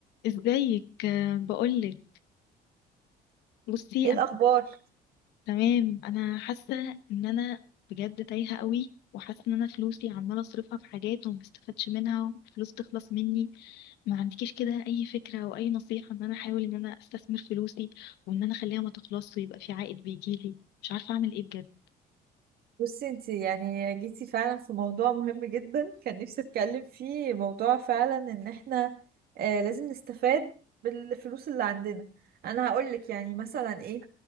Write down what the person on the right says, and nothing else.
ايه
الاخبار
بصي انت يعني جيتي فعلا في موضوع مهم جدا كان نفسي اتكلم فيه موضوع فعلا ان احنا آه لازم نستفاد بالفلوس اللي عندنا انا هقول لك يعني مثلا ايه